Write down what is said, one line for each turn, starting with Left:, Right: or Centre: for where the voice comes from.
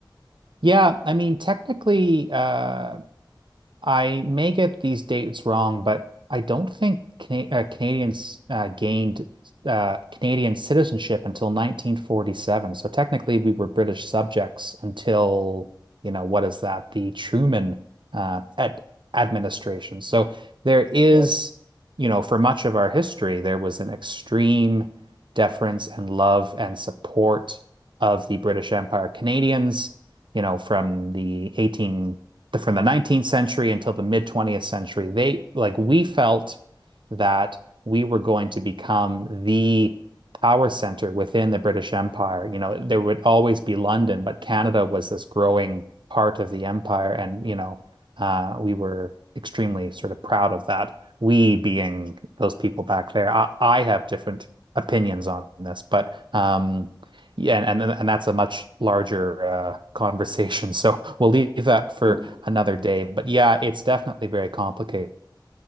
Right: Yeah, I mean, technically, uh, I may get these dates wrong, but I don't think Cana uh, Canadians uh, gained uh, Canadian citizenship until 1947. So technically, we were British subjects until, you know, what is that? The Truman uh, ad administration. So there is,
Centre: You know?
Right: you know, for much of our history, there was an extreme deference and love and support of the British Empire. Canadians you know, from the 18 the, from the 19th century until the mid 20th century, they like we felt that we were going to become the power center within the British Empire. You know, there would always be London, but Canada was this growing part of the empire, and you know, uh, we were extremely sort of proud of that. We being those people back there. I, I have different opinions on this, but um, yeah, and and, and that's a much larger uh, conversation. <laughs> So we'll leave that for
Centre: Yeah.
Right: another day. But yeah, it's definitely very complicated.